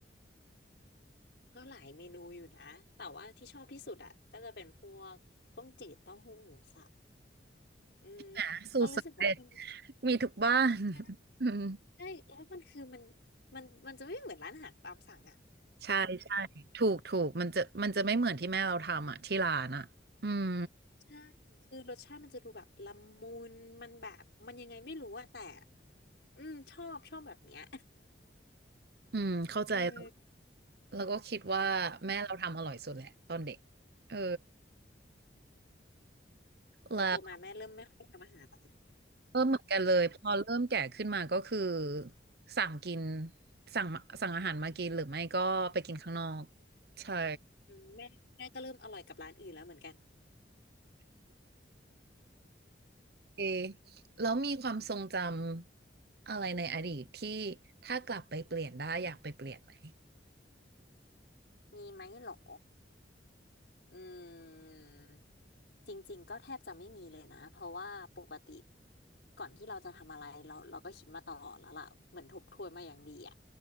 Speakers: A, on the left; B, on the right.
A: ก็หลายเมนูอยู่นะแต่ว่าที่ชอบที่สุดอ่ะก็จะเป็นพวกต้มจืดเต้าหู้หมูสับอืม
B: ่ะสูตรสำเร็จ
A: เรารู้สึกว่ามัน
B: มีทุกบ้าน <laughs>
A: ใช่
B: อืม
A: ใช่แล้วมันคือมันมันมันจะไม่เหมือนร้านอาหารตามสั่งอ่ะ
B: ใช่ใช่ถูกถูกมันจะมันจะไม่เหมือนที่แม่เราทำอ่ะที่ร้านอ่ะอืม
A: ใช่คือรสชาติมันจะดูแบบละมุนมันแบบมันยังไงไม่รู้อะแต่อืมชอบชอบแบบเนี้ย
B: อืมเข้าใจแล้ว
A: <laughs> เออ
B: แล้วก็คิดว่าแม่เราทำอร่อยสุดแหละตอนเด็กเออ
A: แต่โตมาแม่เริ่มไม่ค่อยทำอาหาร
B: แล้วเออเหมือนกันเลยพอเริ่มแก่ขึ้นมาก็คือสั่งกินสั่งมาสั่งอาหารมากินหรือไม่ก็ไปกินข้างนอกใช่
A: อืมแม่แม่ก็เริ่มอร่อยกับร้านอื่นแล้วเหมือนกัน
B: เอแล้วมีความทรงจำอะไรในอดีตที่ถ้ากลับไปเปลี่ยนได้อยากไปเปลี่ยนไหม
A: <laughs> มีไหมหรออืมจริงๆก็แทบจะไม่มีเลยนะเพราะว่าปกติก่อนที่เราจะทำอะไรเราเราก็คิดมาตลอดแล้วล่ะเหมือนทบทวนมาอย่างดีอ่ะ